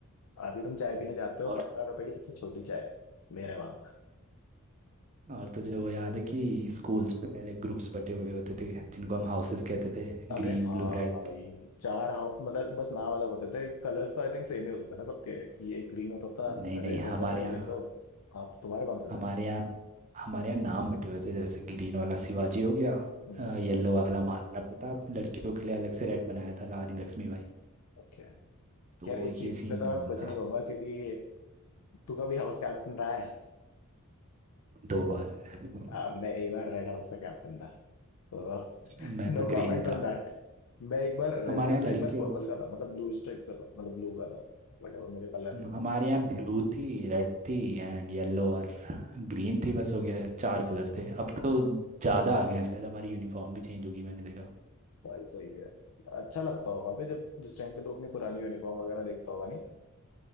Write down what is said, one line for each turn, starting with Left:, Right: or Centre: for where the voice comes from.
Left: अभी तुम चाय पीने
Right: हम्म।
Left: जाते हो
Right: और
Left: पंद्रह रुपए की सबसे छोटी चाय मेरे वहां
Right: और तुझे वो याद है कि स्कूल्स पे पहले ग्रुप्स बटे हुए होते थे जिनको हम हाउसेस कहते थे
Left: अरे
Right: ग्रीन
Left: हाँ
Right: ब्लू रेड
Left: भाई चार हाँ मतलब बस नाम अलग होते थे कलर्स तो आई थिंक सेम ही होते थे ना सबके कि ये ग्रीन होता था
Right: नहीं नहीं
Left: रेड होता
Right: हमारे
Left: था
Right: यहाँ
Left: येलो आप तुम्हारे कौन से
Right: हमारे
Left: थे
Right: यहाँ हमारे यहाँ नाम बटे हुए थे जैसे ग्रीन वाला शिवाजी हो गया
Left: हम्म
Right: येलो वाला महाराणा प्रताप लड़कियों के लिए अलग से रेड बनाया था रानी लक्ष्मीबाई
Left: ओके
Right: तो
Left: यार इस
Right: ये
Left: चीज
Right: सीन
Left: पे तो मैं
Right: हुआ
Left: कुछ
Right: था
Left: नहीं कहूंगा क्योंकि तू कभी हाउस कैप्टन रहा है
Right: दो बार <laughs>
Left: आ, मैं एक बार रेड हाउस का कैप्टन था तो
Right: मैं
Left: No
Right: तो
Left: comments
Right: ग्रीन
Left: on
Right: था
Left: that मैं एक बार रेड
Right: हमारे
Left: का
Right: यहाँ
Left: था
Right: लड़कियों
Left: एक बार पर्पल का था मतलब ब्लू स्ट्राइप का था मतलब ब्लू का था वट एवर मुझे कलर हो
Right: हमारे यहाँ ब्लू थी रेड थी एंड येलो और ग्रीन थी बस हो गया चार कलर थे अब तो ज़्यादा आ गए हैं शायद हमारी यूनिफॉर्म भी चेंज होगी मैंने देखा
Left: भाई सही है अच्छा लगता होगा अबे जब जिस टाइम पे तो अपनी पुरानी यूनिफॉर्म वगैरह देखता होगा नहीं